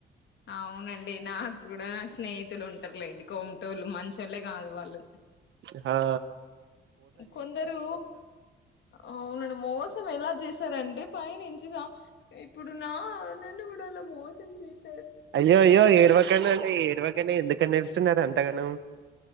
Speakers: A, on the left; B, on the right.
A: అవునండి నాక్కూడా నాకు స్నేహి తులు ఉంటర్లేండి కోంటోల్లు మంచోళ్లే కాదు వాళ్ళు
B: ఎహా
A: కొందరు అవున అండి మోసం ఎలా చేశారంటే పైనుంచి సా ఇప్పుడు నాన్. నన్ను కూడా అలా మోసం చేస్
B: అయ్యో అయ్యో ఏడ్వకన్నా అండి ఏడ్వ గనే ఎందుకని ఏడుస్తున్నారు అంతగనో